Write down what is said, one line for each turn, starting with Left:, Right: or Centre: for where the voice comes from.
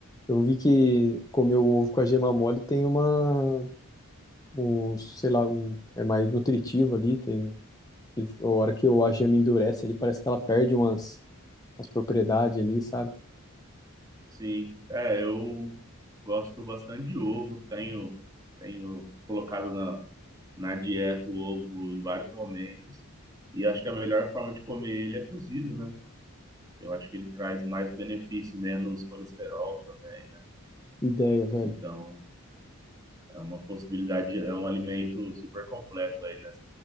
Left: Eu vi que comer o ovo com a gema mole tem uma, um, sei lá, um, é mais nutritivo ali. Tem, a hora que o- a gema endurece ali, parece que ela perde umas, umas propriedades ali, sabe?
Right: Sim. É, eu gosto bastante de ovo. Tenho, tenho colocado na, na dieta o ovo em vários momentos. E acho que a melhor forma de comer ele é cozido, né? Eu acho que ele traz mais benefício, menos colesterol também, né?
Left: Ideia, velho.
Right: Então, É uma possibilidade, é um alimento super completo aí, né?